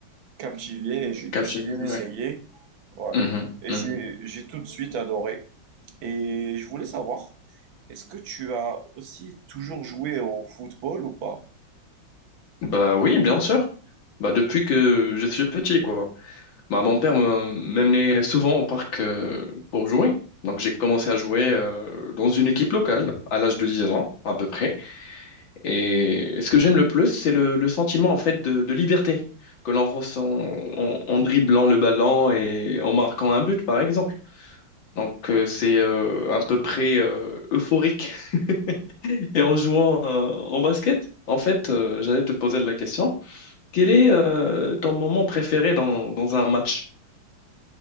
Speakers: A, on the right (about 85°); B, on the left (about 75°).
A: captivé et j'ai décidé
B: captivé,
A: d'essayer.
B: ouais.
A: Ouais.
B: Mhm,
A: Et
B: mhm.
A: j'ai, j'ai tout de suite adoré. Et je voulais savoir, est-ce que tu as aussi toujours joué au football ou pas?
B: Bah oui, bien sûr. Bah depuis que je suis petit, quoi. Bah, mon père me- m'amenait souvent au parc euh, pour jouer. Donc j'ai commencé à jouer euh, dans une équipe locale à l'âge de 10 ans à peu près. Et ce que j'aime le plus, c'est le, le sentiment en fait de, de liberté que l'on ressent en, en dribblant le ballon et en marquant un but par exemple. Donc euh, c'est euh, à peu près euh, euphorique. <laughs> Et en jouant euh, en basket, en fait, euh, j'allais te poser la question, quel est euh, ton moment préféré dans, dans un match?